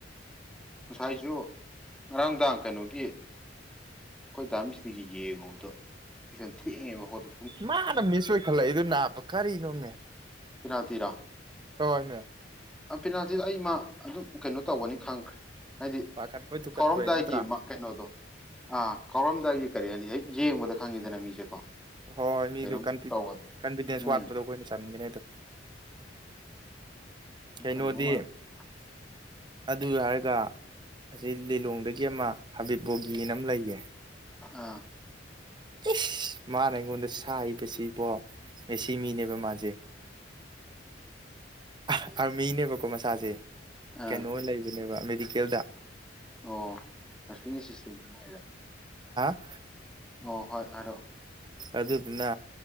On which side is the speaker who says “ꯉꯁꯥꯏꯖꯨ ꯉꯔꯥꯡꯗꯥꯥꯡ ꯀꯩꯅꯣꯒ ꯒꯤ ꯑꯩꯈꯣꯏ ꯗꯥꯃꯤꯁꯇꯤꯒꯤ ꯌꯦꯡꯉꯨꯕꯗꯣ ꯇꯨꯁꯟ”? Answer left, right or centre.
Centre